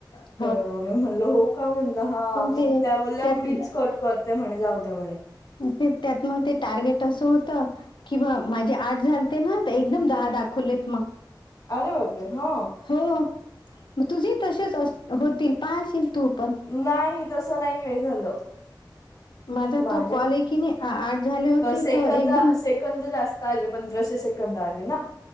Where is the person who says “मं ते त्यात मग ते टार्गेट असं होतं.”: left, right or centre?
Left